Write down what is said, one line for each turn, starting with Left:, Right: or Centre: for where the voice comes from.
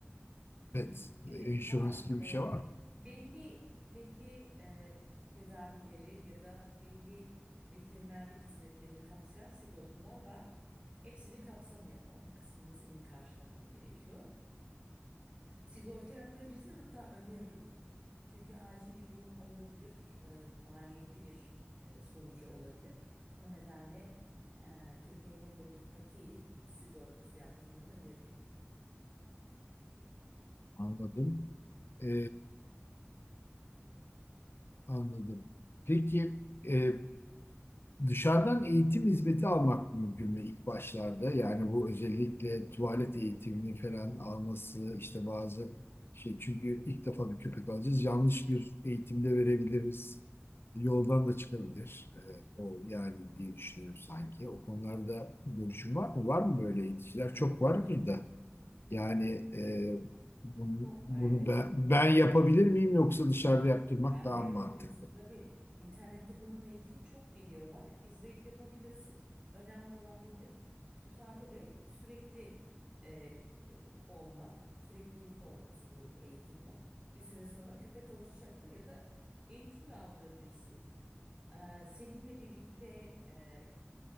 Right: <clears throat> hmm,
Left: Pet insurance
Right: evet var.
Left: gibi bir
Right: E,
Left: şey var. mı?
Right: belli belli e, tedavileri ya da belli veterinerlik hizmetlerini kapsayan sigortalar var. Hepsini kapsamıyor ama bir kısmını senin karşılaman gerekiyor. Sigorta yaptırabilirsin hatta öneririm. Çünkü acil bir durum olabilir, e, maliyetli bir e, sonucu olabilir. O nedenle e, köpeğine de bir pati <laughs> sigortası yaptırmanı öneririm.
Left: Anladım. E, anladım. Peki e, Dışarıdan eğitim hizmeti almak mümkün mü ilk başlarda? Yani bu özellikle tuvalet eğitimini falan alması işte bazı şey çünkü ilk defa bir köpek alacağız. Yanlış bir eğitimde verebiliriz. Yoldan da çıkabilir. Ee, o yani diye düşünüyorum sanki. O konularda görüşün var mı? Var mı böyle eğiticiler? Çok vardır da. Yani e, bunu,
Right: Çok
Left: bunu
Right: var evet.
Left: ben, ben yapabilir miyim yoksa dışarıda yaptırmak
Right: Sen
Left: daha
Right: de yapabilirsin
Left: mı mantıklı?
Right: tabii. İnternette bununla ilgili çok video var. İzleyip yapabilirsin. Önemli olan burada tutarlı ve sürekli e, e, olman, süreklilik olması bu eğitimde. Bir süre sonra köpek alışacaktır ya da eğitim de aldırabilirsin. Ee, seninle birlikte e,